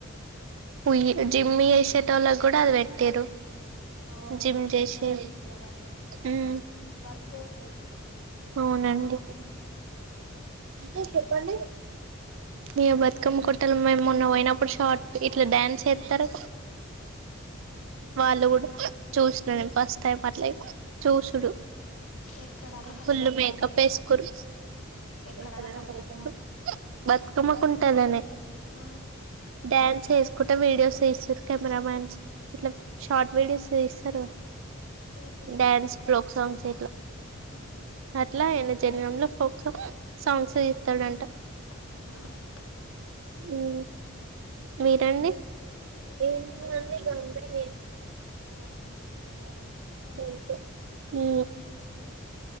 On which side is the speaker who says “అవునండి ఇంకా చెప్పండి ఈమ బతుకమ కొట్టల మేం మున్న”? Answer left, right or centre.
Right